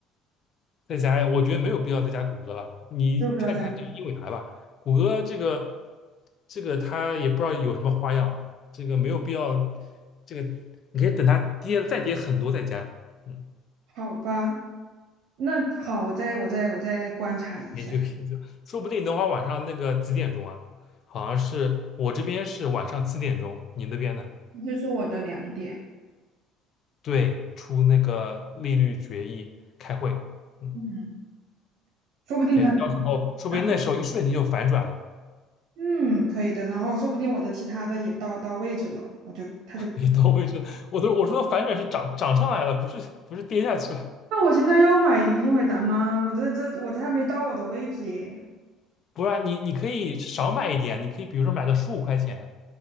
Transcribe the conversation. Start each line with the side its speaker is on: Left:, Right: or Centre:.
Left: 再加呀，我觉得没有必要再加谷歌了。你看看这个英伟达吧，
Right: 六个要加，
Left: 谷歌这个这个它也不知道有什么花样，这个没有必要。这个你可以等它跌了再跌很多再加，嗯，
Right: 好吧？那好，我再我再我再观察一下。
Left: 研究研究，说不定等会儿晚上那个几点钟啊？好像是我这边是晚上七点钟，你那边呢？
Right: 这是我的两点，
Left: 对，出那个利率决议开会，嗯，
Right: 嗯，说不定他就
Left: 可以，到时候说不定那时候一瞬间就反转了。
Right: 想，嗯，可以的。然后说不定我的其他的也到到位置了，我就他就，
Left: 也到位置，我都我说反转是涨涨上来了，不是不是跌下去了。
Right: 那我现在要买英伟达吗？我这这我还没到我的位置耶。
Left: 不然你你可以少买一点，你可以比如说买个十五块钱，